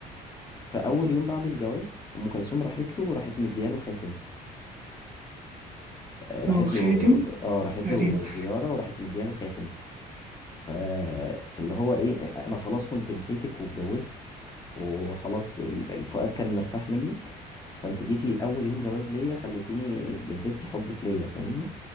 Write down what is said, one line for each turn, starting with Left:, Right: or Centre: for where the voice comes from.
Left: فاول يوم بعد الجواز ام كلثوم راحت له راحت مدياله خاتم آه، راحت
Right: هو خاتم
Left: له اه راحت
Right: غريب
Left: له زياره وراحت مدياله خاتم ف... فاللي هو ايه انا خلاص كنت نسيتك واتجوزت وخلاص ال- الفؤاد كان مرتاح منك فانت جيتي اول يوم جواز ليا خليتيني جددتي حبك ليا فاهمني